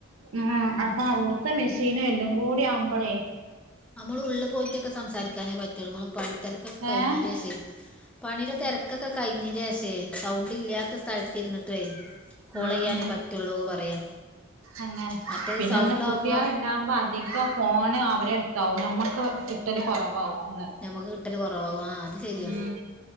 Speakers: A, on the right; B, in the centre.
A: ഉം അപ്പൊ അവിടുത്തെ മെഷീനും എല്ലാം കൂടി ആവുമ്പോളേ
B: നമ്മൾ ഉള്ളിൽ പോയിട്ടൊക്കെ സംസാരിക്കാനേ പറ്റുള്ളൂ നമ്മള് പണിത്തെരക്കൊക്കെ കഴിഞ്ഞൻ്റ
A: ഏഹ്
B: ശേഷ പണിയുടെ തിരക്കൊക്കെ കഴിഞ്ഞിൻ്റെശേ സൗണ്ട് ഇല്ല്യത്ത സ്ഥലത്തി ഇരുന്നിട്ടേ കോൾ
A: ഉം
B: ചെയ്യാനേ
A: ഉം
B: പറ്റുള്ളൂ പറയാ
A: അങ്ങനെ
B: മറ്റേത്
A: പിന്നെ
B: സൗണ്ട്
A: ഇന്ന് കുട്ടികൾ
B: ആകുമ്പോ
A: ഉണ്ടാവുമ്പോ അധികം ഫോണ് അവരട്താവും നമ്മക്ക് കിട്ടല് കുറവാവും ഇന്ന്
B: ഞമ്മക്ക് കിട്ടല് കുറവാവും ആ അത് ശരിയാ
A: ഉം